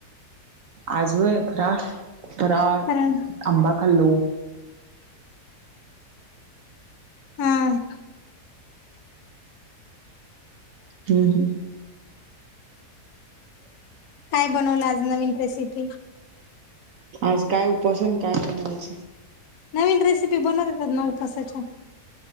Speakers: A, on the right (about 60°); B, on the left (about 70°).
A: आज व्हय फराळ फराळ
B: कारण
A: आंबा खाल्लो.
B: हम.
A: हम्म हम्.
B: काय बनवलं आज नवीन रेसिपी?
A: आज काय उपवास आणि काय बनवायच?
B: नवीन रेसिपी बनवता येतात नव्ह उपवासच्या